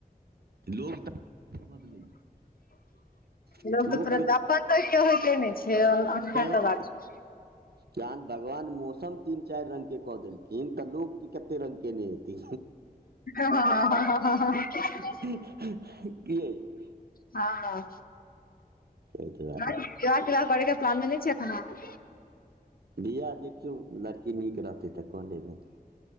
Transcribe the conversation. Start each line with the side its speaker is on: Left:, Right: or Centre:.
Right: लोक तऽ बदलै छै
Left: लोक
Right: लोकके
Left: त तुरत अपन त के होइते ने छै
Right: तऽ
Left: बात छै
Right: जहन भगवान मौसम तीन चारि रंग के कऽ देलखिन तऽ लोग कते रंग केने हेती
Left: ह ह
Right: हूं हूं हूं के ऐ
Left: हाँ
Right: ताहि दुआरे
Left: विवाह तिवाह करे के प्लान देने <unintelligible>
Right: वियाह देखियौ लड़की नीक रहतै तऽ कऽ लेबै